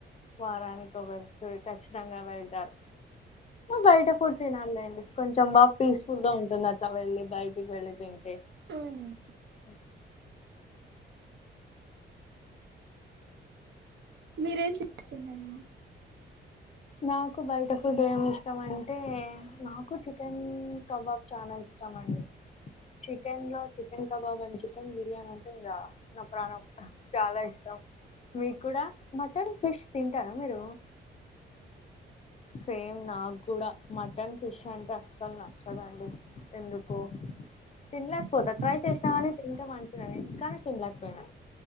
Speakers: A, on the left; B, on the right.
A: వారానికి వెళ్ ఖచ్చితంగా వెళ్తారు బయట ఫుడ్ తినాలేండి కొంచెం బాగా పీస్ఫుల్ గా ఉంటుంది అట్లా వెళ్ళి బయటికి వెళ్ళి తింటే
B: అవును
A: అ
B: మీరేం చేస్తున్నారండి
A: నాకు బయట ఫుడ్ ఏమి ఇష్టం అంటే నాకు చికెన్ కబాబ్ చాలా ఇష్టమండి చికెన్ లో చికెన్ కబాబ్ అం చికెన్ బిర్యానీ అంటే ఇంగ నా ప్రాణం చాలా ఇష్టం మీరు కూడా మటన్ ఫిష్ తింటారా మీరు సేమ్ నాకు కూడా మటన్ ఫిష్ అంటే అస్సలు నచ్చదండి ఎందుకో తినలేకపోతా
B: తినకపోతే
A: ట్రై చేసినా కాని
B: గాని తింటే
A: తింటా మనుకున్నాను కానీ తినలేకపోయినా